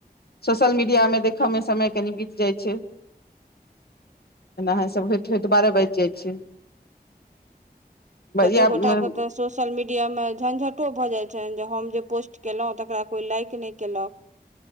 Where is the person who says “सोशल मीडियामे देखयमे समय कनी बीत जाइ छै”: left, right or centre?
Left